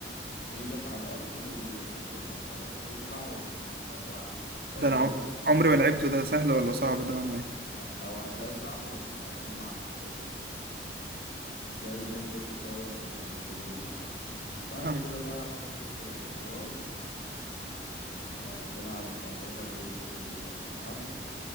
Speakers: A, on the left (about 55°); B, on the right (about 55°).
A: ايدك على الارض بال... بصدرك بقى وتطلع وتنزل بقى تلعب برضه
B: ده انا عم- عمري ما لعبته ده سهل ولا صعب ده ولا
A: لا
B: ايه
A: لا او هتلاقي صعب بس هجيب معاك اكتر في البنج هتلاقي البنج اتطور بسبب التمرينه دي بعد
B: آه،
A: كده بقى تخش آه، تراي آه، تلعب اوفر هيد بالحبل